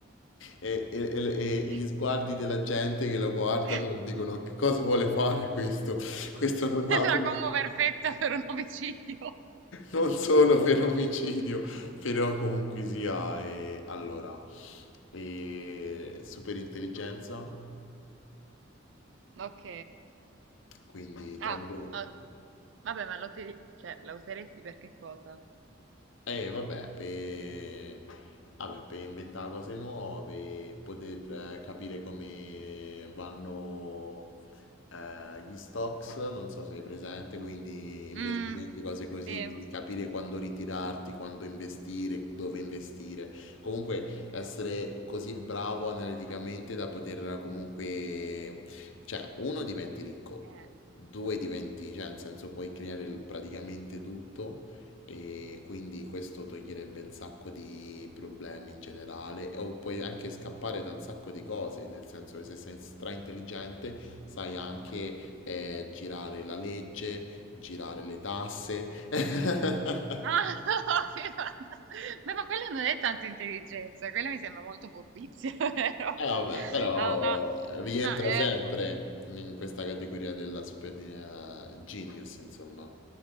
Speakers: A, on the left (about 75°); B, on the right (about 65°).
A: E, e- e- e gli
B: Eh,
A: sguardi della gente che lo guardano
B: <laughs> eh.
A: dicono che cosa vuole fare questo? Questo non ha...
B: La
A: <laughs>
B: combo perfetta per un omicidio.
A: Non solo per omicidio, però comunque sia... eh, allora, e super intelligenza,
B: Ok.
A: quindi tramite...
B: Ah, ok. Vabbè, ma lo te- cioè, la useresti per che cosa?
A: Eh, vabbè, per... vabbè, per inventare cose nuove, poter eh, capire come vanno eh, gli stocks, non so se hai presente, quindi investimenti,
B: Mh,
A: cose così,
B: sì.
A: quindi
B: Cos
A: capire quando ritirarti, quando investire, dove investire. Comunque essere così bravo analiticamente da poter comunque, cioè, uno diventi ricco,
B: eh.
A: due diventi, cioè, nel senso puoi creare il- praticamente tutto. E quindi questo toglierebbe un sacco di problemi in generale, o puoi anche scappare da un sacco di cose, nel senso che se sei straintelligente sai anche eh, girare la legge, girare le tasse. <laughs>
B: Ah, <laughs> che fanta beh, ma quella non è tanta intelligenza, quella mi sembra molto furbizia, <laughs> vero?
A: Eh vabbè, però
B: Ah, no,
A: eh, rientra
B: no, è
A: sempre
B: po
A: in questa categoria della super eh, genius, insomma.